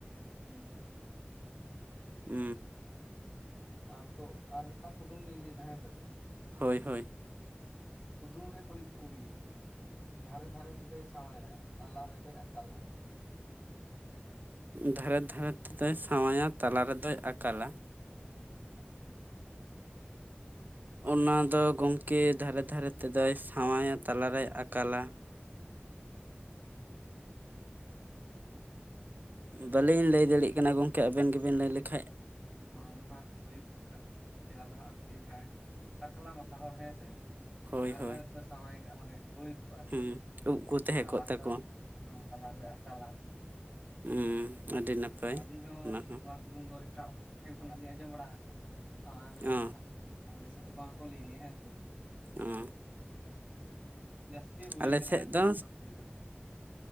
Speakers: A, on the right; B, on the right.
A: ᱦᱩᱸ
B: ᱩ
A: ᱟᱻᱛᱳ ᱟᱨ ᱢᱤᱫᱴᱟᱝ ᱠᱩᱫᱩᱢ ᱞᱤᱧ ᱞᱟᱹᱭᱫᱟ ᱦᱮᱸ ᱥᱮ᱾
B: ᱦᱳᱭ ᱦᱳᱭ
A: ᱠᱩᱫᱩᱢ ᱨᱮ ᱠᱩᱲᱤᱫ ᱠᱩᱲᱤᱫ, ᱫᱷᱟᱨᱮ ᱫᱷᱟᱨᱮ ᱛᱮᱫᱚᱭ ᱥᱟᱶᱟᱭᱟ, ᱛᱟᱞᱟ ᱨᱮᱫᱚᱭ ᱟᱠᱟᱞᱟ?
B: ᱫᱷᱟᱨᱮ ᱫᱷᱟᱨᱮ ᱛᱮᱫᱚᱭ ᱥᱟᱶᱟᱭᱟ ᱛᱟᱞᱟ ᱨᱮᱫᱚᱭ ᱟᱠᱟᱞᱟ
A: ᱦᱩᱸ
B: ᱚᱱᱟ ᱫᱚ ᱜᱚᱝᱠᱮ ᱫᱷᱟᱨᱮ ᱫᱷᱟᱨᱮ ᱛᱮᱫᱚᱭ ᱥᱟᱶᱟᱭᱟ ᱛᱟᱞᱟᱨᱮᱭ ᱟᱠᱟᱞᱟ ᱵᱟᱹᱞᱤᱧ ᱞᱟᱹᱭ ᱫᱟᱲᱮᱭᱮᱜ ᱠᱟᱱᱟ ᱜᱚᱝᱠᱮ ᱟᱵᱮᱱ ᱜᱮᱵᱮᱱ ᱞᱟᱹᱭ ᱞᱮᱠᱷᱟᱡ ᱾
A: ᱱᱚᱣᱟ ᱫᱚ ᱦᱟᱸᱜ ᱦᱩᱭᱩᱜ ᱠᱟᱱᱟ ᱛᱮᱞᱟ ᱫᱚ ᱟᱨᱠᱤ ᱡᱟᱦᱟᱸᱭ ᱴᱟᱠᱞᱟ ᱢᱟᱛᱷᱟ ᱦᱚᱲ ᱦᱮᱸ ᱥᱮ
B: ᱦᱳᱭ
A: ᱫᱷᱟᱨᱮ
B: ᱦᱳᱭ
A: ᱫᱷᱟᱨᱮ ᱥᱟᱶᱟᱭ ᱠᱟᱜ ᱢᱟᱱᱮ ᱦᱳᱭ ᱠᱚᱜ-ᱟ ᱟᱨᱠᱤ
B: ᱦᱮᱸ ᱩᱵ ᱠᱚ ᱛᱟᱦᱮᱸ
A: ᱛᱟᱞᱟ
B: ᱠᱚᱜ
A: ᱨᱮᱫᱚ
B: ᱛᱟᱠᱚᱣᱟ
A: ᱟᱨᱠᱤ ᱦᱚᱸ ᱛᱟᱞᱟ ᱨᱮᱫᱚ ᱟᱠᱟᱞᱟ᱾
B: ᱦᱩᱸ ᱟᱹᱰᱤ ᱱᱟᱯᱟᱭ
A: ᱟᱹᱞᱤᱧ ᱦᱚᱸ
B: ᱚᱱᱟ
A: ᱱᱚᱣᱟᱠ ᱠᱩᱫᱩᱢ ᱫᱚ ᱮᱴᱟᱜ ᱴᱷᱮᱱ ᱠᱷᱚᱱᱟᱜ ᱞᱤᱧ ᱟᱸᱡᱚᱢ ᱵᱟᱲᱟ ᱟᱠᱟᱱᱟ ᱥᱟᱶ ᱢᱮᱱᱛᱮ
B: ᱚ
A: ᱫᱚ ᱦᱟᱸᱜ ᱟᱞᱮ ᱥᱮᱫ ᱫᱚ ᱵᱟᱝ ᱠᱚ ᱞᱟᱹᱭᱮ ᱦᱮᱸ ᱥᱮ᱾
B: ᱚ
A: ᱡᱟᱹᱥᱛᱤ ᱦᱩᱭ
B: ᱟᱞᱮ
A: ᱠᱟᱱᱟ
B: ᱥᱮᱫ
A: ᱟᱨᱠᱤ
B: ᱫᱚ
A: ᱚᱱᱠᱟ ᱠᱚ ᱞᱟᱹᱭ ᱵᱟᱲᱟᱭᱟ᱾